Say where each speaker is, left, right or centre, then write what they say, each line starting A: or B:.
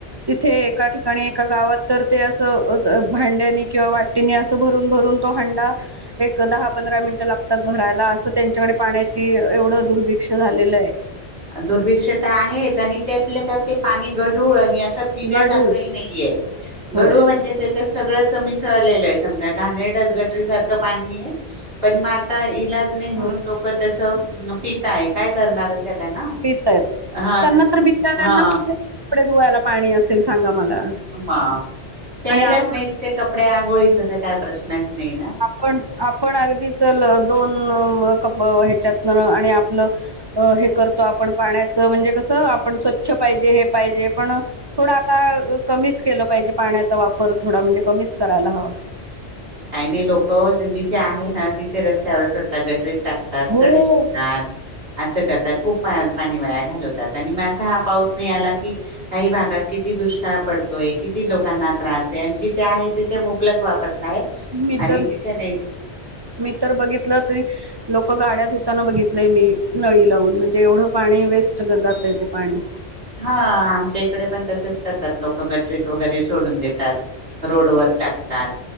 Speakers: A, on the right (about 45°); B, on the right (about 60°).
A: तिथे एका ठिकाणी एका गावात तर ते असं भांड्यानी किंवा वाट- तिने असं भरून भरून तो हांडा. एक दहा पंधरा मिनटं लागतात भरायला असं त्यांच्याकडे पाण्याची एवढं दुर्भिक्ष झालेलं आहे.
B: दुर्भिक्षता आहेच आणि त्यातल्या त्यात ते पाणी गढूळ आणि असं पिण्यासारखंही
A: गढूळ
B: नाही.
A: होय
B: गढुळ म्हणजे त्याच्या सगळं च मिसळलेले आहे समजा घाणेरड घटक सारखं - क पाणी आहे. पण म आता इलाज नाही म्हणून
A: हो
B: लोक तसं पिताय काय करणार. त्याला ना
A: पितायत
B: हा
A: त्यांना
B: तस
A: तर बिचाऱ्या
B: हा
A: कुठे कपडे धुवायला पाणी असेल सांगा मला.
B: प्यायलाच
A: आणि आपण
B: नाही तिथे कपड्या आंघोळीचा तर काय प्रश्नच नाही ना.
A: पण आपण अगदी चल दोन क ह्यच्यातन आणि आपलं. अ हे करतो आपण पाण्याचं म्हणजे कसं आपण स्वच्छ पाहिजे हे पाहिजे पण- थोडा आता कमीच केलं पाहिजे, पाण्याचा वापर थोडा म्हणजे कमीच करायला हवा.
B: काही नाही लोक जिथे आहे ना, तिथे रस्त्यावर सुटतात गटरीत टाकतात.
A: हो
B: सडे शिपतात. असं करतात खूप पाणी वाया घालवतात. आणि मग मी असा हा पाऊस नाही आला की, काही भागात किती दुष्काळ पडतोय, किती लोकांना त्रास आहे, आणि जिथे आहे तिथे मुबलक वापरतो. काय
A: मी
B: आणि
A: तर
B: जिथे नाही.
A: मी तर बघितलं तरी, लोक गाड्या धुताना बघितलंय मी, नळी लावून म्हणजे एवढं पाणी वेस्ट जातय ते पाणी.
B: हा आमच्या इकडे पण तसेच करतात लोक गटरीत वगैरे सोडून देतात. रोडवर टाकतात.